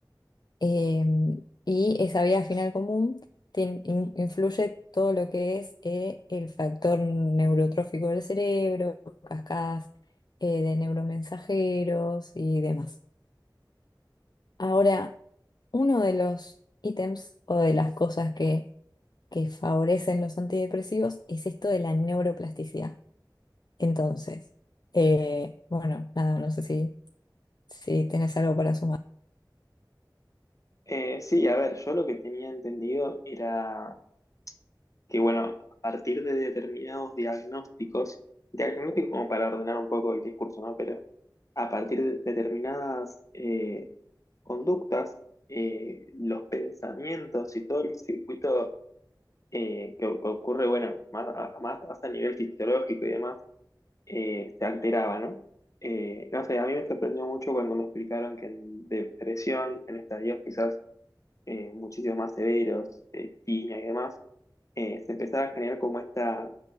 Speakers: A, on the left; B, on the left.
A: Em, y esa vía final común tien- in- influye todo lo que es eh, el factor neurotrófico del cerebro, cascadas eh, de neuromensajeros y demás. Ahora, uno de los ítems o de las cosas que, que favorecen los antidepresivos es esto de la neuroplasticidad. Entonces, eh, bueno, nada, no sé si, si tenés algo para sumar.
B: Eh, sí, a ver, yo lo que tenía entendido era que, bueno, a partir de determinados diagnósticos, diagnósticos como para ordenar un poco el discurso, ¿no? Pero a partir de determinadas, eh, conductas, eh, los pensamientos y todo el circuito eh, que o- ocurre, bueno, más a, más hasta a nivel fisiológico y demás, eh, se alteraba, ¿no? Eh, no sé, a mí me sorprendió mucho cuando me explicaron que en depresión, en estadios quizás eh, muchísimo más severos, eh, tiña y demás, eh, se empezaba a generar como esta,